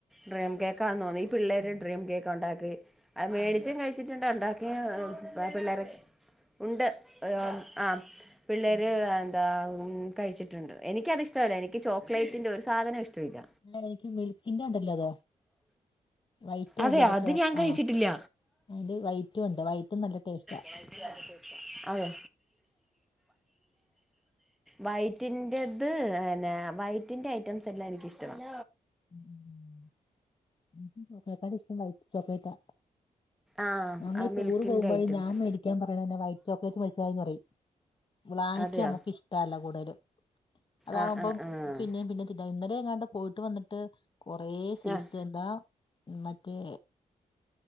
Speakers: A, in the centre; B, on the left.
A: ഡ്രീം കേക്കാ തോന്നി. പിള്ളേര്
B: ഉം.
A: ഡ്രീം കേക്ക് ഉണ്ടാക്കി അത് മേടിച്ചം
B: ഉം.
A: കഴിച്ചിട്ടുണ്ട് ഉണ്ടാക്കിയും പിള്ളേരെക്കെ ഉണ്ട് ഔ ആ പിള്ളേര് എന്താ കഴിച്ചിട്ടുണ്ട് എനിക്കതിഷ് ച്ചമല്ല എനിക്ക് ചോക്ലേറ്റിൻ്റെ ഒരു സാധനോം ഇഷ്ടമില്ല
B: എനിക്ക് മിൽക്കിന്റെ ഉണ്ടല്ലോ അത് വൈറ്റും
A: അതെ
B: ഇല്ലേ
A: അത്
B: ചേ.
A: ഞാൻ കഴിച്ചിട്ടില്ല
B: ആ അതിന്റെ വൈറ്റും ഉണ്ട് വൈറ്റും നല്ല ടേസ്റ്റാ
A: <unintelligible> അതെ വയറ്റിന്റേത് പിന്നെ വൈറ്റിന്റെ ഐറ്റംസ് എല്ലാം എനിക്കിഷ്ടമാണ്.
B: ഉം <unintelligible> ചോക്ലേറ്റാ
A: ആഹ്
B: നമ്മള് ടൂറ്
A: മിൽക്കിൻ്റെ
B: പോകുമ്പോഴും
A: ഐറ്റംസ്
B: ഞാൻ മേടിക്കാ പറയണെന്നാ വൈറ്റ് ചോക്ലേറ്റ് മേടിച്ചാമതീന്ന് പറയും. വാങ്ങിക്കാ
A: അതെയോ
B: നമ്മക്ക് ഇഷ്ടല്ല കൂടുതലും. അതാകുമ്പം
A: ആഹ് ആഹ് ആഹ്
B: പിന്നേം പിന്നേം ഇന്നലെ എങ്ങാണ്ട് പോയിട്ട് വന്നിട്ട് കൊറെ സ്വീറ്റ്‌സ്
A: ആഹ്
B: എന്താ മറ്റേ